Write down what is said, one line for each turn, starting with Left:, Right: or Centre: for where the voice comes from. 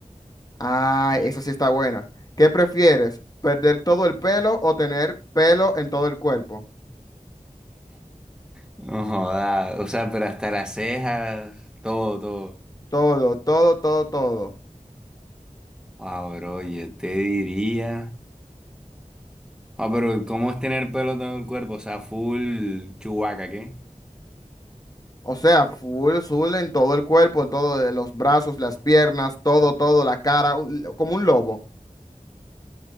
Left: Ah,
Centre: <laughs>
Left: esa sí está buena. ¿Qué prefieres? ¿Perder todo el pelo o tener pelo en todo el cuerpo?
Centre: Claro. No joda, o sea, pero hasta las cejas, todo, todo.
Left: Todo, todo, todo, todo.
Centre: Ah, bro, yo te diría. Ah, pero ¿cómo es tener pelo todo el cuerpo? O sea, full chubaca, ¿qué?
Left: O sea, full, full en todo el cuerpo, en todo, de los brazos, las piernas, todo, todo, la cara, un- como un lobo.